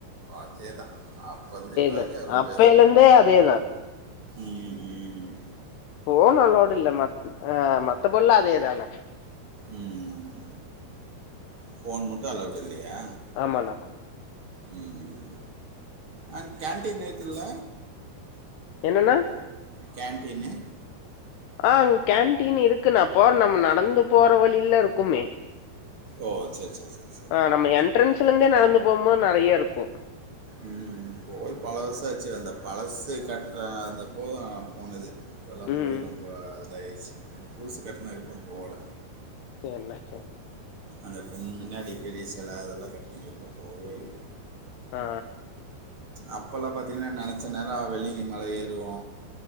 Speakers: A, on the right; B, on the left.
A: அதே தா அப்பந்தி இப்ப வரைக்கு
B: தான்
A: அதே
B: அப்பையிலேருந்தே
A: தா
B: அதே
A: ம் ம்
B: ஃபோன் அளவுடு இல்ல மத் மத்தபல்ல அதேதான
A: ம் ஃபோன் மட்டு அளவுடு இல்லையா
B: ஆமாண்ணா
A: ம் அ கேன்ட்டீன் ஏத்துல
B: என்னென்னா
A: கேன்டீனு
B: ஆ கேன்டீன் இருக்குண்ணா போற நம்ப நடந்து போற வழில இருக்குமே
A: ஓ செரி செரி செரி
B: ஆ நம்ம என்ட்ரன்ஸுலெந்தே நடந்து போம்மோது நெறய இருக்கு
A: ம் போயி பல வருஷோ ஆச்சி அந்த பழச கட்ற அந்த போ போனது இப்பெல்லா
B: ம்.
A: போயி ரொம்ப இதாய்ர்ச்சு இப்ப புதுசு கட்னதுக்கப்றோ போகல
B: என்ன ஆச்சு அப்டி
A: அந்த பின் முன்னாடி பெரிய செல அதெல்லா கட்னத்கப்றோ போவே இல்ல
B: ஆ
A: அப்பல்லா பாத்தீங்ன்னா நெனச்ச நேரோ வெள்ளங்கி மல ஏறுவோ